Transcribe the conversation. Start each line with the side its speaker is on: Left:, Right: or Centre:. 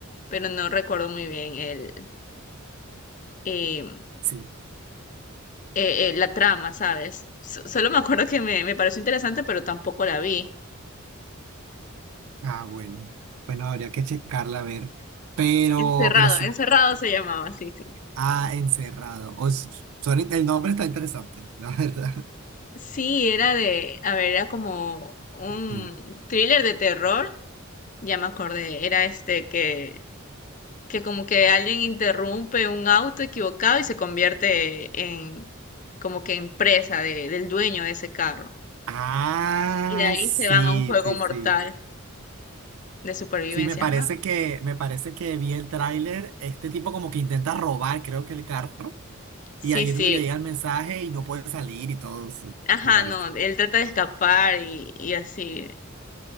Left: pero no recuerdo muy bien el, eh,
Right: Sí.
Left: eh, eh, la trama, ¿sabes? So- solo me acuerdo que me, me pareció interesante, pero tampoco la vi.
Right: Ah, bueno. Bueno, habría que checarla a ver. Pero,
Left: Encerrado,
Right: pero sí.
Left: Encerrado se llamaba, sí, sí.
Right: Ah, Encerrado. O s- son el nombre está interesante, <laughs> la verdad.
Left: Sí, era de, a ver, era como un
Right: Mm.
Left: thriller de terror, ya me acordé, era este que, que como que alguien interrumpe un auto equivocado y se convierte en como que en presa de, del dueño de ese carro.
Right: Ah,
Left: Y de ahí
Right: sí,
Left: se van a un juego
Right: sí,
Left: mortal
Right: sí.
Left: de supervivencia,
Right: Sí, me parece
Left: ajá.
Right: que, me parece que vi el tráiler. Este tipo como que intenta robar, creo que el carro.
Left: Sí,
Right: Y ahí
Left: sí,
Right: es donde le llega el mensaje y no puede salir y todo, sí,
Left: ajá,
Right: me parece.
Left: no, él trata de escapar y, y así.